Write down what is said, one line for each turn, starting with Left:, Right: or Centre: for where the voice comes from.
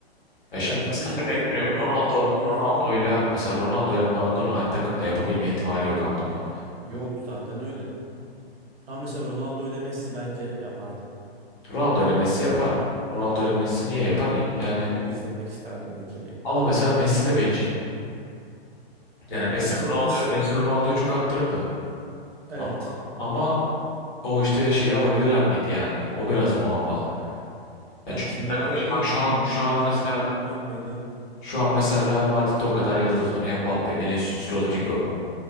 Left: Ya şimdi
Right: Ya tabii
Left: mesela
Right: şimdi
Left: örnek
Right: onu
Left: veriyorum Ronaldo
Right: düşündüğün
Left: Ronaldo'yla
Right: zaman
Left: mesela Ronaldo'yla Maradona aynı takımda yapabilme ihtimali yok anladın mı?
Right: yok zaten öyle. Ama mesela Ronaldo ile Messi bence yapardı.
Left: Ronaldo ile Messi yapar. Ronaldo ile Messi niye yapar? Yani
Right: Çok izlemek isterdim bu ikiliyi.
Left: ama mesela Messi de bencil. Yani
Right: Ya bence
Left: Messi Ronaldo'ya
Right: Messi
Left: Messi Ronaldo'ya çok attırırdı.
Right: evet.
Left: A- Ama o işte şeyi alabilirler miydi yani? O biraz muamma. Yani
Right: Ya
Left: çünkü
Right: kimyaları
Left: takım işi bak şu
Right: u-
Left: an şu an
Right: uyar
Left: mesela
Right: mıydı uymaz mıydı?
Left: şu an mesela Real Madrid'de o kadar yıldız var. Mbappe, Vinicius, Rodrigo,